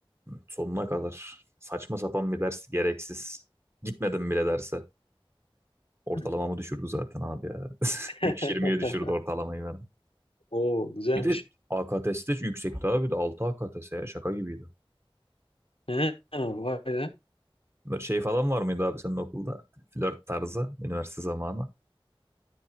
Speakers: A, on the right; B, on the left.
A: Sonuna kadar saçma sapan bir ders gereksiz. Gitmedim bile derse. Ortalamamı
B: Hı.
A: düşürdü zaten abi ya. <laughs>
B: <laughs>
A: 3.20'ye düşürdü ortalamayı benim.
B: Oo güzelmiş.
A: Bir de AKTS de yüksekti abi de 6 AKTS ya şaka gibiydi.
B: He, vay be.
A: Böyle Şey falan var mıydı abi senin okulda? Flört tarzı, üniversite zamanı.